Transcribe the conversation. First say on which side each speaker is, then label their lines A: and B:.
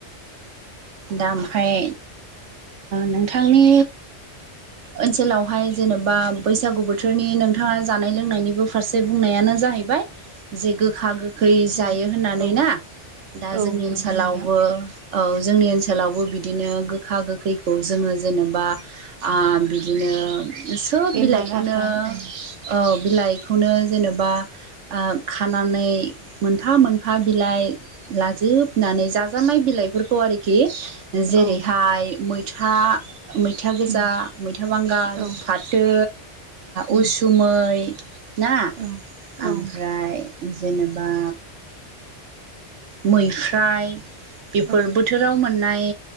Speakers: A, on the right; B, on the right.
A: दा ओमफ्राय नोंथांनि ओनसोलावहाय जेन'बा बैसागु बोथोरनि नोंथाङा जानाय लोंनायनिबो फारसे बुंनायानो जाहैबाय जे गोखा-गोखै
B: नंगौ
A: जायो होननानै
B: औ
A: ना दा
B: औ
A: जोंनि
B: नंगौ
A: ओनसोलावबो
B: नोंथां
A: औ जोंनि ओनसोलावबो बिदिनो गोखा-गोखैखौ जोङो जेनेबा बिदिनो सोब
B: बेमार
A: बिलाइखौनो
B: आजार औ
A: औ बिलाइखौनो जेनेबा ओ खानानै मोनफा-मोनफा बिलाइ लाजोबनानै जाजाय बे फोरखौ आरोखि जेरैहाय
B: औ
A: मैथा मैथा गोजा
B: उम
A: मैथा बांगाल,
B: औ
A: फाथो
B: उम
A: उसु मै ना
B: औ औ
A: ओमफ्राय जेनेबा मैफ्रायाय बेफोर
B: औ
A: बोथो बोथोराव मोननाय